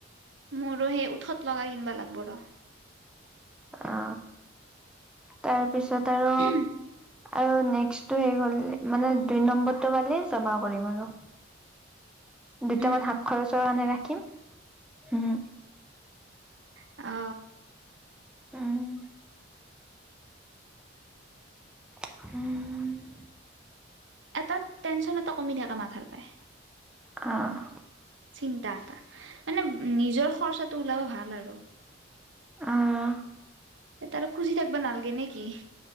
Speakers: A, on the right; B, in the centre.
A: মোৰো সেই উঠত লগা কিনিবা লাগিব ৰহ।
B: অ, তাৰপিছত আৰু
A: <inaudible>
B: আৰু নেক্সটো হেই, গ'ল মানে দুই নম্বৰটো পালে জমা কৰিম আৰু। দুটামান
A: উম
B: হাত খৰচৰ কাৰণে ৰাখিম। উম,
A: অ,
B: উম, উম,
A: এটা টেনশ্যন এটা কমি থাকে, মাথাৰ পায়
B: অ,
A: চিন্তা এটা, মানে নিজৰ খৰচাটো ওলাব ভাল আৰু।
B: অ'।
A: তাৰো খুজি থাকবা নালাগে নেকি?